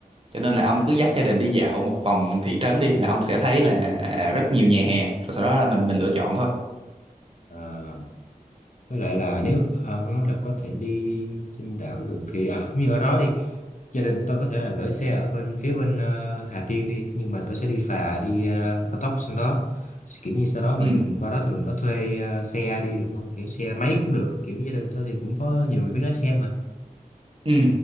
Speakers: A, on the right (about 40°); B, on the left (about 60°).
A: cho nên là ông cứ dắt gia đình đi dạo một vòng thị trấn đi là ông sẽ thấy là rất nhiều nhà hàng rồi sau đó là mình mình lựa chọn thôi
B: Ờ, với lại là nếu ờ, ông nói là có thể đi trên đảo được thì à, cũng như ở đó đi gia đình tôi có thể là gửi xe ở bên phía bên ờ, Hà Tiên đi nhưng mà tôi sẽ đi phà đi ờ, cao tốc sang đó kiểu như sau đó mình
A: ừ
B: qua đó thì mình có thuê ờ, xe đi được không kiểu xe máy cũng được kiểu gia đình tôi thì cũng có nhiều người biết lái xe
A: ừ